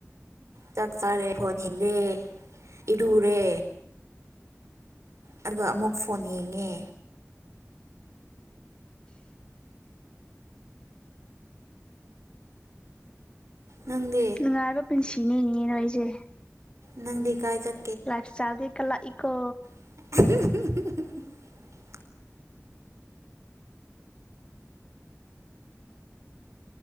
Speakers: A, on the right; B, on the left.
A: ꯆꯥꯛ ꯆꯥꯔꯦ ꯐꯣꯟ ꯌꯦꯔꯦ ꯏꯔꯨꯔꯦ ꯑꯗꯨꯒ ꯑꯃꯨꯛ ꯐꯣꯟ ꯌꯦꯡꯉꯦ ꯅꯪꯗꯤ
B: ꯅꯨꯡꯉꯥꯏꯕ ꯄꯨꯁꯤ ꯆꯅꯦ ꯌꯦ ꯔꯣꯏꯁꯦ
A: ꯅꯪꯗꯤ ꯀꯥꯏ ꯆꯠ
B: ꯂꯥꯏꯐ ꯁꯇꯥꯏꯜꯗꯤ ꯀꯂ ꯀꯣ
A: <unintelligible>